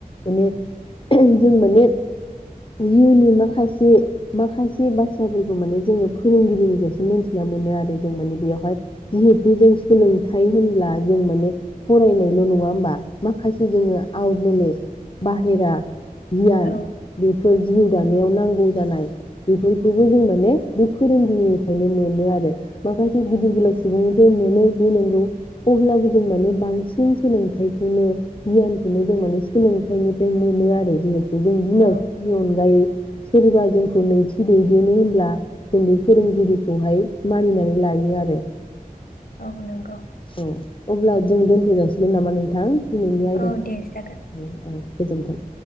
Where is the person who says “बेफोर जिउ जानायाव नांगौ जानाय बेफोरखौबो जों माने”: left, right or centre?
Left